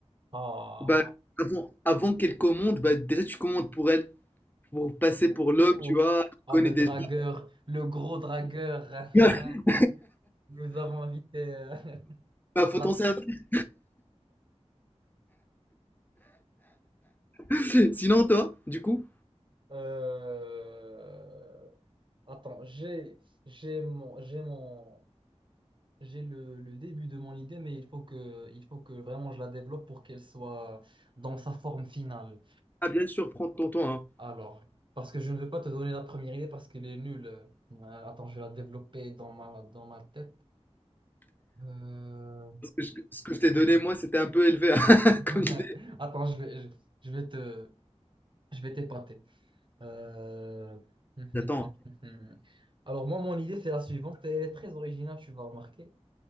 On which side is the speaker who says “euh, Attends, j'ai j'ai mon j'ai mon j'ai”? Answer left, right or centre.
Right